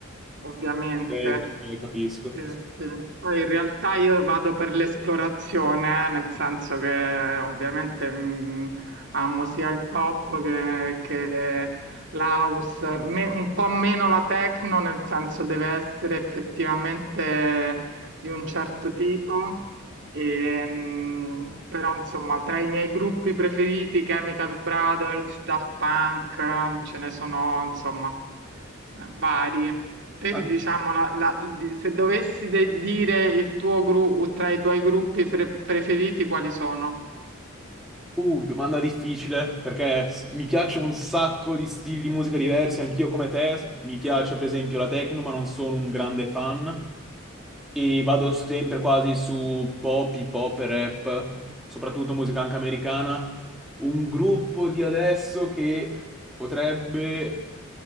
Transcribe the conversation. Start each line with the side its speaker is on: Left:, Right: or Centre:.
Right: ovviamente.
Centre: ok, capisco.
Right: Sì, sì. Poi in realtà io vado per l'esplorazione, eh, nel senso che ovviamente mm, amo sia il pop che, che l'house, Me- un po' meno la techno, nel senso deve essere effettivamente di un certo tipo. Ehm, però insomma, tra i miei gruppi preferiti, Chemical Brothers, Daft Punk, eh, ce ne sono insomma eh, vari. Te,
Centre: Ah,
Right: diciamo, la- la- di- se dovessi de- dire il tuo gruppo tra i tuoi gruppi pre- preferiti, quali sono?
Centre: Uh, domanda difficile, perché s- mi piace un sacco di stili di musica diversi, anch'io come te. Mi piace, per esempio, la techno, ma non sono un grande fan. E vado sempre quasi su pop, hip hop e rap, soprattutto musica anche americana. Un gruppo di adesso che potrebbe,